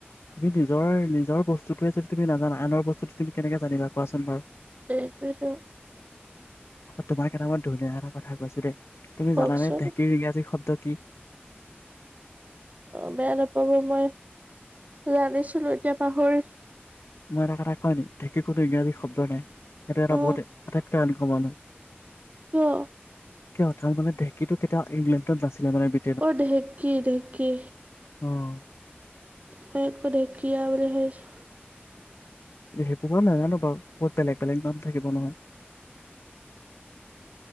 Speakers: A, on the left; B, on the right.
A: তুমি নিজৰ নিজৰ বস্তুটোৱে যদি তুমি নাজানা আনৰ বস্তুটো তুমি কেনেকে জানিবা কোৱাচোন বাৰু।
B: এটোৱেই টো।
A: তোমাক এটা মই ধুনীয়া এটা কথা কৈছো দেই তুমি
B: কওকচোন
A: জানানে ঢেঁকীৰ ইংৰাজী শব্দ শব্দ কি।
B: অ বেয়া নাপাব মই জানিছিলো এতিয়া পাহৰি
A: মই এটা কথা কয় ন ঢেঁকীৰ কোনো ইংৰাজী শব্দ নাই সেইটো এটা
B: অ
A: বহুত আটাইতকৈ এনেক মানুহ হয় <unintelligible>
B: কিয়?
A: কিয় ধান বনা ঢেঁকীতো কেতিয়াও ইংলেণ্ডত নাছিলে মানে বি
B: অ', ঢেঁকী ঢেঁকী।
A: অ'।
B: মই আকৌ ঢেকীয়া বুলি ভাবিছোঁ।
A: সেইবোৰ বাৰু নাজানো বাৰু, বহুত বেলেগ, বেলেগ নাম থাকিব নহয়।